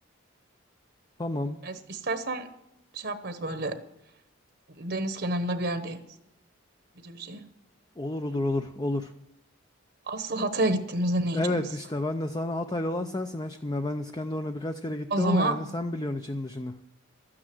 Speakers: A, on the left (about 20°); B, on the right (about 50°).
A: Tamam.
B: Es- İstersen şey yaparız böyle deniz kenarında bir yerde yeriz. Bici bici.
A: Olur olur olur olur.
B: Asıl Hatay'a gittiğimizde ne yiyeceğiz?
A: Evet işte ben de sana Hataylı olan sensin aşkım ya. Ben İskenderun'a birkaç kere gittim
B: O zaman
A: ama yani sen biliyorsun için dışını.